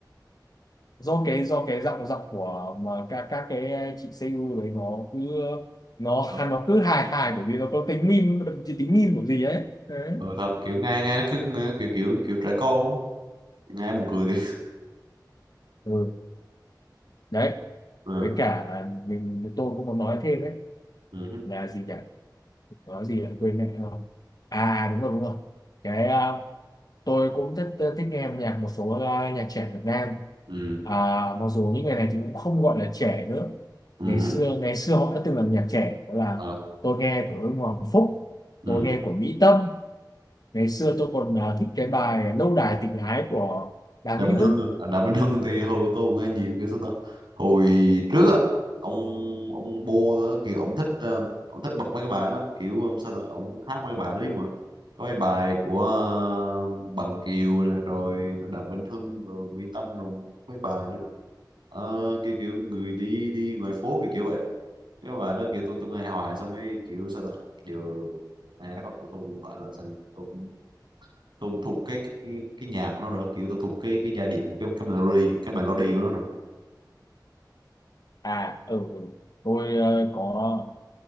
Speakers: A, on the left; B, on the right.
A: do cái do cái giọng giọng của mà các các cái ờ, chị CU đấy nó cứ nó
B: ờ,
A: <laughs> nó cứ hài hài bởi vì nó có tính meme chỉ tính meme của gì ấy đấy.
B: ờ thật kiểu nghe nghe nó cứ nghe, kiểu kiểu kiểu trẻ con á. nghe buồn cười đi
A: ừ đấy
B: ừ
A: với cả mình tôi cũng muốn nói thêm đấy
B: ừ
A: là gì nhỉ nói gì là quên mẹ rồi à đúng rồi đúng rồi cái ờ, tôi cũng thích thích nghe âm nhạc một số ờ, nhạc trẻ Việt Nam
B: ừ
A: à, mặc dù những người này thì cũng không gọi là trẻ nữa
B: ừ
A: ngày xưa ngày xưa họ đã từng là nhạc trẻ đó là
B: ờ,
A: tôi nghe của Ưng Hoàng Phúc
B: ừ.
A: tôi nghe của Mỹ Tâm ngày xưa tôi còn ờ, thích cái bài Lâu đài tình ái của Đàm
B: Đàm
A: Vĩnh
B: Vĩnh Hưng
A: Hưng
B: à, Đàm Vĩnh Hưng thì hồi tôi cũng nghe nhiều kiểu sao ta hồi trước á ông ông Bô đó kiểu ông thích ờ, ông thích bật mấy cái bài lắm kiểu ờ, sao ta ông hát mấy cái bài đấy mà có mấy bài của ờ, Bằng Kiều nè rồi Đàm Vĩnh Hưng rồi Mỹ Tâm rồi mấy bài nữa Ờ, kiểu kiểu người đi đi ngoài phố kiểu kiểu vậy cái bài đó kiểu tôi tôi nghe hoài xong cái kiểu sao ta giờ nghe phát tôi cũng gọi là sao nhỉ? tôi cũng tôi cũng thuộc cái, cái cái nhạc của nó rồi kiểu tôi thuộc cái cái giai điệu của cái cái melody cái melody của nó rồi
A: à ừ ừ. tôi ờ, có